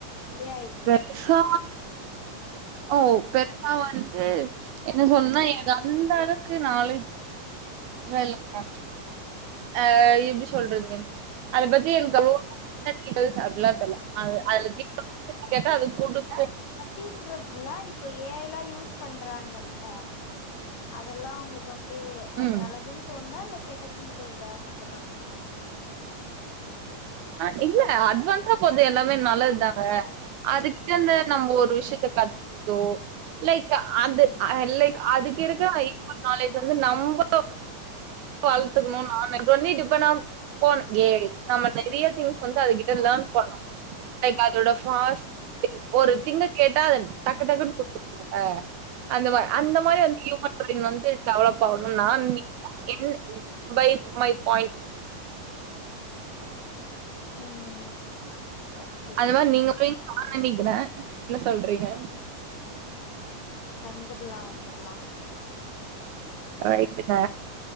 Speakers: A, on the left; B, on the right.
A: இதயாய்
B: பெருசா ஓ பெருசா வந்து என்ன சொன்னனா எனக்கு அந்த அளவுக்கு நாலேஜ் லா இல்லங்க அ எப்டி சொல்றது அத பத்தி எனக்கு அவ்ளோவா <unintelligible> <inaudible> கேட்டா அது குடுக்கூ
A: அப்டின்றதுல்ல இப்ப ஏ ஐ ல்லா யூஸ் பண்றாங்கல்ல அதெல்லா உங்களுக்கு வந்து
B: ம்
A: நல்லதுன் தோண்தா இல்ல கெட்டதுன் தோண்தா அந்த மாதிரி
B: இ இல்ல அட்வான்ஸா போது எல்லாமே நல்லதுதாங்க அதுகிட்ட இருந்து நம்ப ஒரு விஷயத்த கத்துகர்தோ லைக்
A: ம்
B: அதுலைக் அதுக்கிறுக்க ஐக்யூ நாலேஜ் வந்து நம்பள வழத்துக்குணு நானு பன்னிட்டு இப்ப நா போ ஏ நம்ம நெறைய திங்ஸ் வந்து அது கிட்ட லேர்ன் பண்ணு லைக் அதோட ஃபாஸ்ட் ஒரு திங்க கேட்டா அத டக்கு டக்குன்னு குடுக்குதுல்ல அந்த மா அந்த மாரி வந்து ஹியூமன் பிரெயின் வந்து டெவலப் ஆகணுன் நா நெனக்கிற என் பை மை பாய்ண்ட்
A: ம் ஓகே
B: அது மாரி <unintelligible> என்ன சொல்றீங்க
A: வந்துர்லா வந்துர்லா
B: ரைட்டுங்க